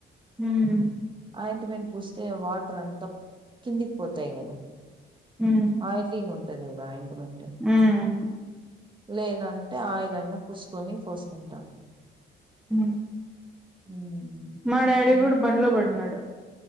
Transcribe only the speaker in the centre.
మ్మ్
మ్మ్
మ్మ్
హ్మ్
మా డాడీ
కూడ బండ్లో పడినాడు